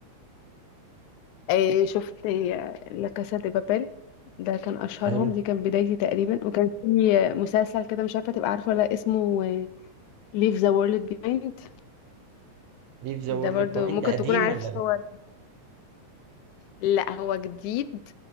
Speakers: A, on the left (about 85°); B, on the right (about 70°).
A: إيه شفت إيه لا كاسا دي بابيل ده كان اشهرهم
B: حلو
A: دي كان بدايتي تقريبا وكان في آه، مسلسل كده مش عارفه تبقى عارفه ولا لأ، اسمه ليف ذا وورلد بيهايند
B: ليف ذا
A: ده
B: وورلد
A: برضو
B: بوينت
A: ممكن
B: ده قديم
A: تكون عارف
B: ولا
A: صور لا هو جديد